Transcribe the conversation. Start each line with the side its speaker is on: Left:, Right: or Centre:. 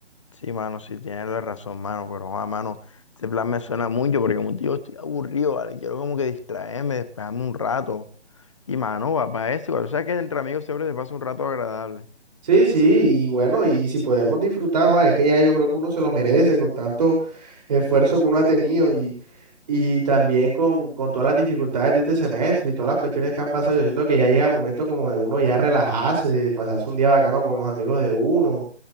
Left: Sí, mano, sí, tienes la razón, mano, pero, joder, mano, este plan me suena mucho porque como te digo, estoy aburrido, ¿vale? Quiero como que distraerme, despejarme un rato. Y, mano, va para eso, igual, o sea que entre amigos siempre se pasa un rato agradable.
Right: Sí, sí, y bueno, y si podemos disfrutar, joa, es que ya yo creo que uno se lo merece con tanto esfuerzo que uno ha tenido Y también con, con todas las dificultades de este semestre y todas las cuestiones que han pasado, yo siento que ya llega el momento como de uno ya relajarse, de pasarse un día bacano con los amigos de uno